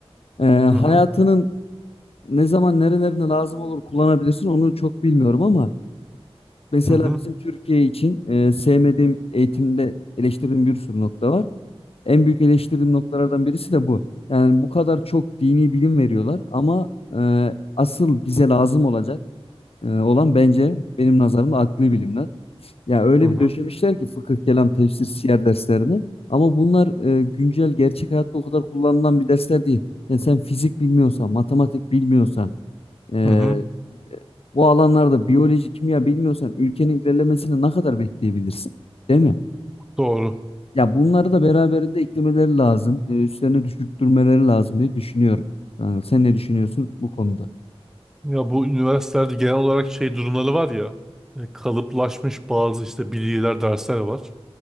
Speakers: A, on the left (about 65°); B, in the centre.
A: E, hayatının
B: Hı hı.
A: ne zaman nerelerinde lazım olur kullanabilirsin onu çok bilmiyorum ama mesela
B: Hı hı.
A: bizim Türkiye için e, sevmediğim eğitimde eleştirdiğim bir sürü nokta var. En büyük eleştirdiğim noktalardan birisi de bu. Yani bu kadar çok dini bilim veriyorlar ama e, asıl bize lazım olacak e, olan bence benim nazarımda akli bilimler. Yani öyle
B: Hı hı.
A: bir döşemişler ki fıkıh, kelam, tefsir, siyer derslerini ama bunlar e, güncel gerçek hayatta o kadar kullanılan bir dersler değil. Yani sen fizik bilmiyorsan, matematik bilmiyorsan, ee,
B: Hı hı.
A: bu alanlarda biyoloji, kimya bilmiyorsan ülkenin ilerlemesini ne kadar bekleyebilirsin? Değil mi?
B: Doğru.
A: Ya bunları da beraberinde eklemeleri lazım. e, üstlerine düşürttürmeleri lazım diye düşünüyorum. Yani sen ne düşünüyorsun bu konuda?
B: Ya bu üniversitelerde genel olarak şey durumları var ya e, kalıplaşmış bazı işte bilgiler, dersler var.